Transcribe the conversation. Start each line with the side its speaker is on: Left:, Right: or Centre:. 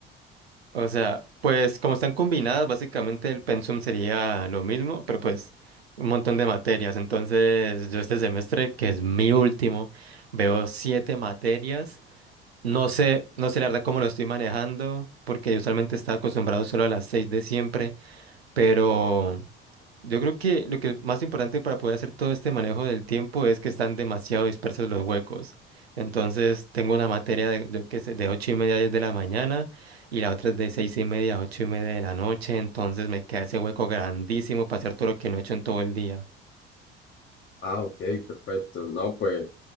Right: O sea, pues como están combinadas, básicamente el pensum sería lo mismo, pero pues un montón de materias. Entonces, yo este semestre, que es mi último, veo siete materias. No sé, no sé la verdad cómo lo estoy manejando, porque yo usualmente estaba acostumbrado solo a las seis de siempre, pero... Yo creo que lo que es más importante para poder hacer todo este manejo del tiempo es que están demasiado dispersos los huecos. Entonces, tengo una materia de, yo qué sé, de 8 y media a 10 de la mañana y la otra es de 6 y media a 8 y media de la noche. Entonces, me queda ese hueco grandísimo para hacer todo lo que no he hecho en todo el día.
Left: Ah, ok, perfecto. No, pues